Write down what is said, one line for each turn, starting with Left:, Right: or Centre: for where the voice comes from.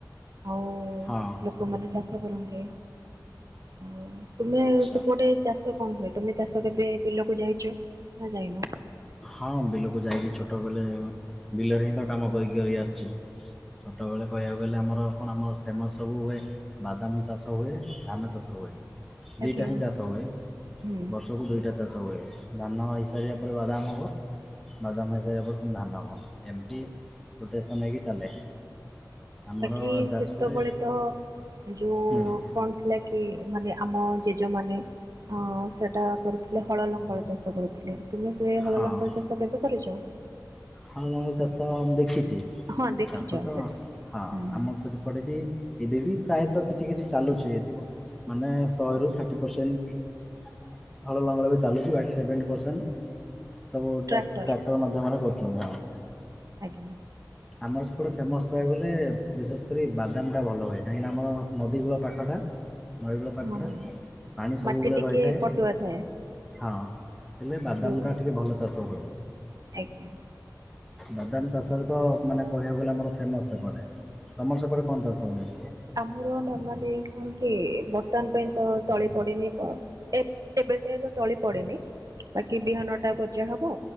Right: ଆଉ
Centre: ହଁ।
Right: ଲୋକମାନେ ଚାଷ କରନ୍ତି ଆଉ ତୁମେ
Centre: ଆଚ୍ଛା।
Right: ସେପଟେ ଚାଷ କଣ ହୁଏ ତମେ ଚାଷ କେବେ ବିଲକୁ ଯାଇଛ ନା ଯାଇନ?
Centre: ହଁ ବିଲକୁ ଯାଇଛି ଛୋଟବେଳେ ବିଲରେ ହିଁ ତ କାମ କରି କରି ଆସିଛି। ଛୋଟବେଳେ କହିବାକୁ ଗଲେ ଆମର କଣ ଆମ ଫେମସ୍ ସବୁ ହୁଏ। ବାଦାମ୍ ଚାଷ ହୁଏ ଧାନ ଚାଷ ହୁଏ
Right: ଆଜ୍ଞା
Centre: ଦି ଟା ହିଁ ଚାଷ ହୁଏ
Right: ହୁଁ।
Centre: ବର୍ଷ କୁ ଦୁଇଟା ଚାଷ ହୁଏ ଧାନ ହେଇସାରିବା ପରେ ବାଦାମ୍ ହବ। ବାଦାମ ହେଇସାରିବା ପରେ ପୁଣି ଧାନ ହବ ଏମିତି ରୋଟେସନ୍ ହେଇକି ଚାଲେ। ଆମର
Right: ବାକି
Centre: ଯାଜପୁରରେ
Right: ସେତେବେଳେ ତ ଯୋଉ
Centre: ହୁଁ
Right: କଣ ଥିଲା କି ମାନେ ଆମ ଜେଜ ମାନେ ଅଁ ସେଟା କରୁଥିଲେ ହଳ ଲଙ୍ଗଳ ଚାଷ କରୁ ଥିଲେ ତୁମେ ସେ ହଳ
Centre: ହଁ
Right: ଲଙ୍ଗଳ ଚାଷ କେବେ କରୁଛ?
Centre: ହଳ ଲଙ୍ଗଳ ଚାଷ ମୁଁ ଦେଖିଛି
Right: ହଁ ଦେଖିଛ
Centre: ଚାଷ ତ
Right: ସେଟା
Centre: ହଁ
Right: ହୁଁ ହୁଁ
Centre: ଆମ ସେ <unintelligible> ପଟେ ବି ଏଇବେ ବି ପ୍ରାୟତଃ କିଛି କିଛି ଚାଲୁଛି ଏବେ ମାନେ ଶହେରୁ ଥାର୍ଟି ପର୍ସେଣ୍ଟ୍ ହଳ ଲଙ୍ଗଳ ବି ଚାଲୁଛି ବାକି ସେଭେଣ୍ଟି ପର୍ସେଣ୍ଟ୍ ସବୁ
Right: ଟ୍ରାକ୍ଟର
Centre: ଟ୍ରା-ଟ୍ରାକ୍ଟର ମାଧ୍ୟମରେ କରୁଛନ୍ତି ହଁ୍
Right: ଆଜ୍ଞା।
Centre: ଆମର ସେପଟେ ଫେମସ୍ କହିବାକୁ ଗଲେ ବିଶେଷ କରି ବାଦାମ୍ ଟା ଭଲ ହୁଏ କାହିଁକି ନା ଆମର ନଦୀ କୂଳ ପାଖଟା। ନଈକୂଳ ପାଖଟା
Right: ହଁ ହଁ।
Centre: ପାଣି ସବୁବେଳେ
Right: ମାଟି ଟିକେ
Centre: ରହିଥାଏ।
Right: ପଟୁଆ ଥାଏ
Centre: ହଁ ହେଲେ ବାଦାମ୍
Right: ଯୋଉ
Centre: ଟା ଟିକେ ଭଲ ଚାଷ ହୁଏ।
Right: ଆଜ୍ଞା।
Centre: ବାଦାମ ଚାଷରେ ତ ମାନେ କହିବାକୁ ଗଲେ ଆମର ଫେମସ୍ ସେପଟେ ତମର ସେପଟେ କଣ ଚାଷ ହୁଏ?
Right: ଆମର ନର୍ମାଲି କଣ କି ବର୍ତ୍ତମାନ୍ ପାଇଁ ତ ତଳି ପଡ଼ିନି ଏ ଏବେ ଯାଏ ତ ତଳି ପଡ଼ିନି। ବାକି ବିହନ ଟା ଗଜା ହବ